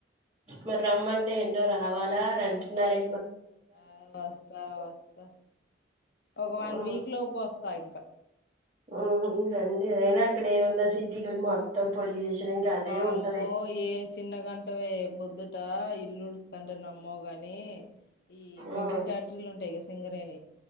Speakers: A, on the right; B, on the left.
A: మరి రమ్మంటే ఏంటో రావాలా అని అంటున్నారే
B: ఆ వస్తా వస్తా ఒక వన్
A: ఉమ్
B: వీక్ లోపు వస్ స్తా ఇంకా
A: ఉమ్ రండి ఏనా అక్కడ ఉంద సిటీలో మొత్తం పొల్యూషన్ ఇంకా అదే
B: మా
A: ఉంటది
B: అమ్మో ఏ చిన్న గంటవే బొద్దుట ఇల్డ్ అంటున్న నమ్మోగాని ఈ బొగ్గు
A: ఉమ్
B: ఫ్యాక్టరీలు ఉంటాయి కద సింగరేణి